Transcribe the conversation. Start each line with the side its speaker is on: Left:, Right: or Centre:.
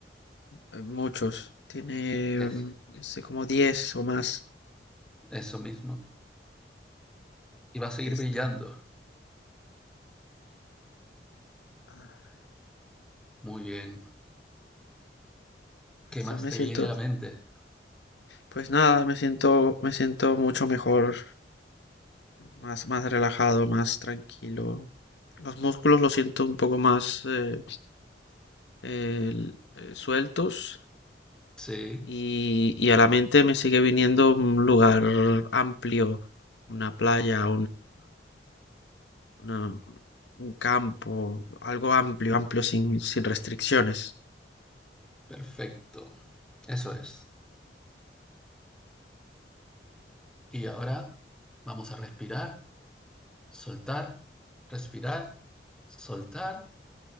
Left: Eh, Muchos. Tiene,
Centre: Eso.
Left: mm, no sé, como 10 o más
Centre: Eso mismo. Y va a seguir
Left: extra.
Centre: brillando.
Left: Ah,
Centre: Muy bien.
Left: pues
Centre: ¿Qué más
Left: ya me
Centre: te
Left: siento,
Centre: viene a la mente?
Left: pues nada, me siento, me siento mucho mejor, más, más relajado, más tranquilo. Los músculos los siento un poco más eh, el- eh, sueltos
Centre: Sí,
Left: y, y a la mente me sigue viniendo un lugar amplio, una playa, una- un campo, algo amplio, amplio, sin, sin restricciones.
Centre: perfecto. Eso es. Y ahora vamos a respirar, soltar, respirar, soltar